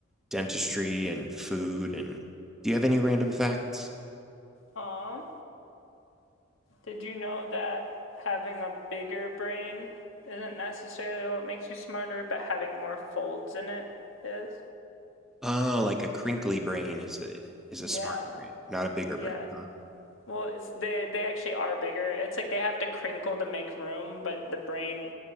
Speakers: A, in the centre; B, on the left.
A: dentistry and food and do you have any random facts?
B: Um, did you know that having a bigger brain isn't necessarily what makes you smarter, but having more folds in it is?
A: Oh, like a crinkly brain is a is
B: Yeah.
A: a smarter brain, not a bigger
B: Yeah.
A: brain. huh?
B: Well, it's they they actually are bigger. It's like they have to crinkle to make room, but the brain